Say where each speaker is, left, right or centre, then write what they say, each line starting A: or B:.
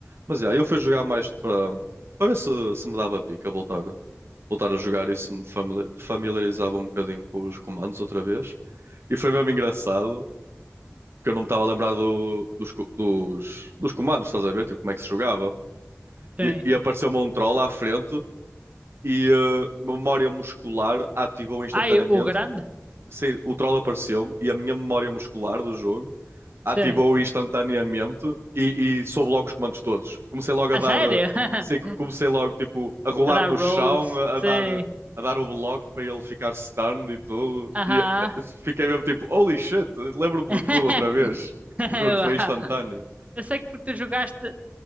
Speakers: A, on the right; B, on the right.
A: Mas yeah, eu fui jogar mais para para ver se, se me dava pica voltar, voltar a jogar e se me famili- familiarizava um bocadinho com os comandos outra vez. E foi mesmo engraçado que eu não me estava a lembrar do- dos, co- dos, dos comandos, estás a ver? Tipo, como é que se jogava.
B: Sim.
A: E, e apareceu-me um troll à frente e eh, memória muscular ativou instantaneamente.
B: Ai, o grande?
A: Sei, o troll apareceu-me e a minha memória muscular do jogo ativou
B: Sim.
A: instantaneamente e, e soube logo os comandos todos. Comecei logo
B: A
A: a dar.
B: sério?
A: eh, sei
B: <laughs>
A: que comecei logo, tipo, a rolar
B: A dar
A: no
B: rolls?
A: chão, a,
B: Sim.
A: a dar. eh, A dar o bloco para ele ficar stunned e tudo.
B: Aham.
A: E eh, fiquei mesmo tipo, holy shit, lembro-me
B: <laughs>
A: de tudo outra vez.
B: Vá.
A: Juro, foi instantâneo.
B: Eu sei que porque tu jogaste